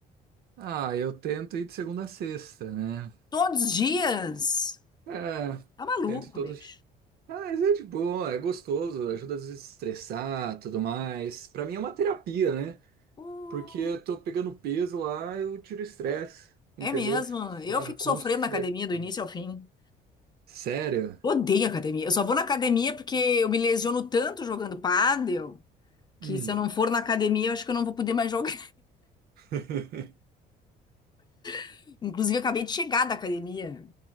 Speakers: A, on the right; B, on the left.
A: ah, eu tento ir de segunda a sexta, né?
B: Todos os dias?
A: É,
B: Tá maluco,
A: tento todos.
B: bicho.
A: Ah, mas é de boa, é gostoso, ajuda a desestressar, tudo mais. Pra mim é uma terapia, né?
B: Pô,
A: Porque eu tô pegando peso lá, eu tiro o estresse, entendeu?
B: É mesmo,
A: Fico suave,
B: eu fico
A: com
B: sofrendo
A: certeza.
B: na academia do início ao fim.
A: Sério?
B: Odeio academia. Eu só vou na academia porque eu me lesiono tanto jogando pádel que
A: Hum.
B: se eu não for na academia, eu acho que eu não vou poder mais jogar.
A: <laughs>
B: <laughs> Inclusive, eu acabei de chegar da academia.